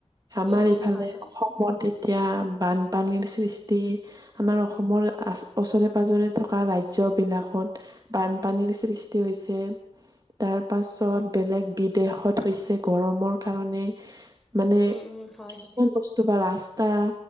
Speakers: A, on the right (about 35°); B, in the centre.
A: আমাৰ
B: উম উম
A: ইফালে
B: হয় হয়
A: অসমত এতিয়া বানপানীৰ সৃষ্টি আমাৰ অসমৰ ওচৰে পাজৰে থকা ৰাজ্যবিলাকত বানপানীৰ সৃষ্টি হৈছে। তাৰ পাছত বেলেগ বিদেশত হৈছে গৰমৰ কাৰণে। মানে
B: উম উম হয়
A: কিছুমান
B: হয়
A: বস্তু বাৰ আছে।